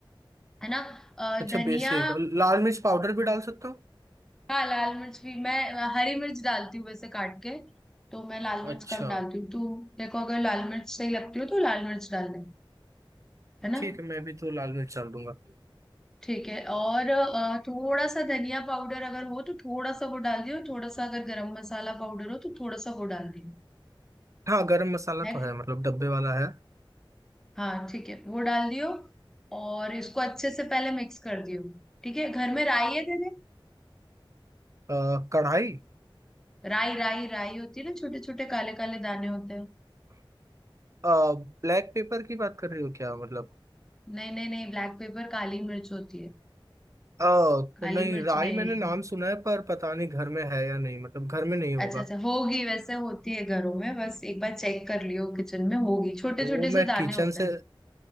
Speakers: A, in the centre; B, on the right (about 35°).
A: है ना अ,
B: अच्छा
A: धनिया
B: बेसिक लाल मिर्च पाउडर भी डाल सकता हूँ
A: हाँ लाल मिर्च भी मैं अ, हरी मिर्च डालती हूँ वैसे काट के तो मैं लाल मिर्च
B: अच्छा
A: कम डालती हूँ तू देखो अगर लाल मिर्च सही लगती हो तो लाल मिर्च डाल ले है ना
B: ठीक है मैं भी तो लाल मिर्च डाल दूंगा
A: ठीक है और अ, थोड़ा सा धनिया पाउडर अगर हो तो थोड़ा सा वो डाल दियो थोड़ा सा अगर गरम मसाला पाउडर हो तो थोड़ा सा वो डाल दियो
B: हाँ गरम मसाला
A: है
B: तो है मतलब डब्बे वाला है
A: हाँ ठीक है वो डाल दियो और इसको अच्छे से पहले मिक्स कर दियो ठीक है घर में राई है तेरे
B: आ, कढ़ाई
A: राई राई राई होती है ना छोटे छोटे काले काले दाने होते हैं
B: ब्लैक पेपर की बात कर रही हो क्या मतलब
A: नहीं नहीं नहीं ब्लैक पेपर काली मिर्च होती है
B: अ तो
A: काली
B: नहीं
A: मिर्च
B: राई
A: नहीं
B: मैंने नाम सुना है पर पता नहीं घर में है या नहीं मतलब घर में नहीं होगा
A: अच्छा अच्छा होगी वैसे होती है घरों में बस एक बार चेक कर लियो किचन में होगी छोटे
B: तो
A: छोटे से
B: मैं किचन
A: दाने होते
B: से